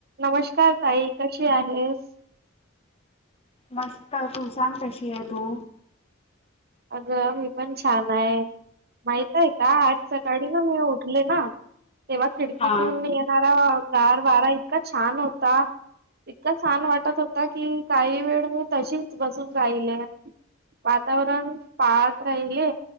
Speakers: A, on the right; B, on the left.
A: नमस्कार ताई कशी आहेस
B: मस्त तू सांग कशी आहे तू
A: अगं मी पण छान आहे माहितय का आज सकाळी ना मी उठले ना तेव्हा खिडकीतून
B: हा
A: येणारा गार वारा इतका छान होता इतका छान वाटत होता की काही वेळ मी तशीच बसून रायले वातावरण पाळत राहिले